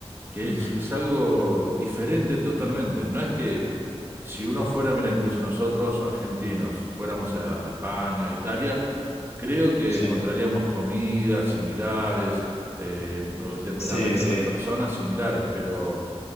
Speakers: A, on the right; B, on the left.
A: que
B: Ujú.
A: es, es algo diferente totalmente. No es que si uno fuera, mira, incluso nosotros argentinos, fuéramos a a España, a Italia, creo que
B: Sí.
A: encontraríamos comidas similares, eh, o el temperamento
B: Sí, sí.
A: de las personas similares, pero